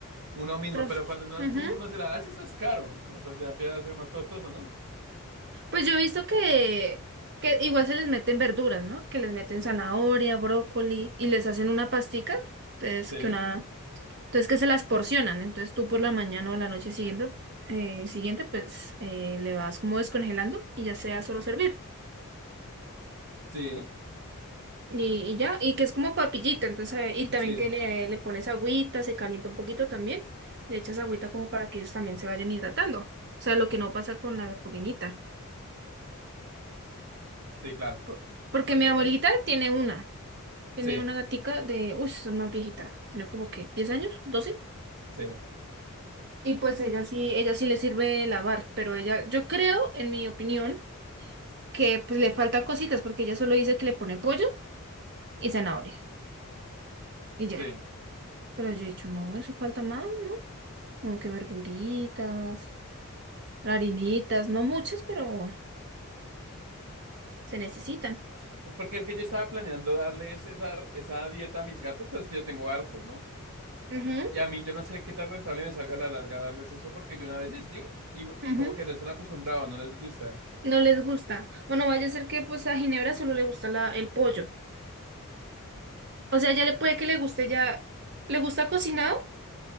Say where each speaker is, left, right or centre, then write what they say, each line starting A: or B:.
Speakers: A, on the right; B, on the right.
A: uno mismo,
B: Pero,
A: pero cuando uno
B: ujú.
A: sí mismo se la hace, eso es caro, pues ya empieza a ser más costoso, ¿no?
B: Pues yo he visto que, que igual se les meten verduras, ¿no? Que les meten zanahoria, brócoli y les hacen una pastica. Entonces
A: Sí,
B: que una, entonces que se las porcionan. Entonces tú por la mañana o la noche siguiente, eh, siguiente, pues eh, le vas como descongelando y ya sea solo servir.
A: sí,
B: Y, y ya, y que es como papillita, entonces, eh, y también
A: sí,
B: que le, le pones agüita, se calienta un poquito también, le echas agüita como para que ellos también se vayan hidratando. O sea, lo que no pasa con la pupinita.
A: sí, claro.
B: Por- Porque
A: Aunque
B: mi abuelita
A: es...
B: tiene una. Tiene
A: Sí,
B: una gatica de, uy, es más viejita, tiene como que 10 años, doce,
A: sí.
B: Y pues ella sí, ella sí le sirve lavar, pero ella, yo creo, en mi opinión, que pues le faltan cositas, porque ella solo dice que le pone pollo y zanahoria, y ya.
A: Sí,
B: Pero yo he dicho, no, eso falta más, como que verduritas, harinitas, no muchas, pero se necesitan.
A: Porque es que yo estaba planeando darles esa, esa dieta a mis gatos, pero es que yo tengo hartos, ¿no?
B: Ujú,
A: Y a mí yo no sé qué tan rentable me salga a la larga darles eso, porque yo una vez les di y, y
B: ujú.
A: como que no están acostumbrados, no les gusta.
B: No les gusta. O no vaya a ser que pues a Ginebra solo le gusta la, el pollo. O sea, ya le puede que le guste ya, ¿le gusta cocinado?